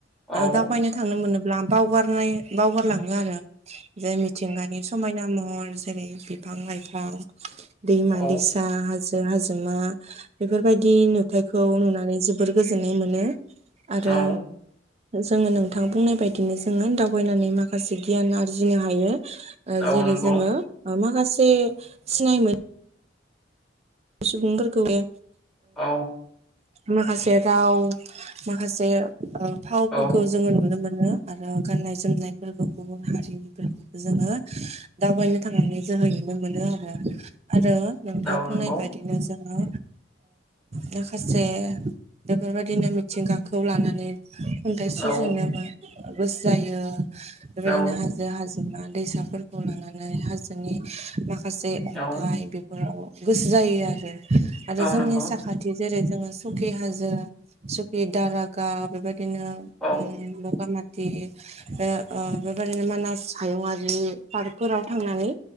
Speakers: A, in the centre; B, on the right.
A: औ
B: दावबायनो <unintelligible> थांनो मोनोब्ला बावगारनाय बावगारलाङो आरो जे मिथिंगानि समायना महर जेरै बिफां लाइफां दैमा
A: औ
B: दैसा फि हाजो हाजोमा बेफोरबायदि नुथाइखौ नुनानै जोबोर गोजोननाय मोनो
A: औ
B: आरो जोङो नोंथां बुंनाय बायदिनो जोङो थायनानै माखासे गियान आरजिनो हायो
A: औ
B: जेरै
A: नंगौ
B: जोङो माखासे सिनाय मोन सुबुंफोरखौ बे
A: औ
B: माखासे राव माखासे फावफोरखौ
A: औ
B: जोङो नुनो मोनो आरो गाननाय जोमनायफोरखौ गुबुन हारिनिफोरखौबो जोङो दावबायनो थांनानै जोहै नुनो मोनो आरो आरो नोंथां
A: औ
B: बुंनाय
A: नंगौ
B: बायदि बिदिनो जोङो माखासे बेफोरबायदिनो मिथिंगाखौ लानानै खन्थाइ सुजुनोबो
A: औ
B: गोसो जायो बेबायदिनो
A: औ
B: हा हाजो हाजोमा दैसाफोरखौ लानानै हाजोनि माखासे अन्थाइ
A: औ
B: <unintelligible> गोसो जायो आरो आरो
A: औ
B: जोंनि
A: नंगौ
B: साखा खाथि जेरै जोङो सुखि हाजो सुखि दारागाव बेबायदिनो
A: औ
B: उम बगामा <unintelligible> ओ ओ बेबायदिनो ओ मानास हायुंआरि पार्कफोराव थांनानै